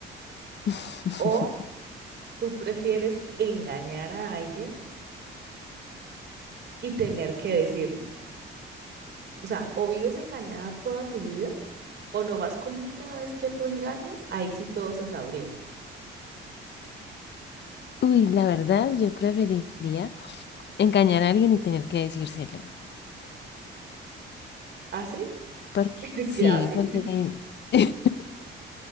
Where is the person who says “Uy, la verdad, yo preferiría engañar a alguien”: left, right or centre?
Left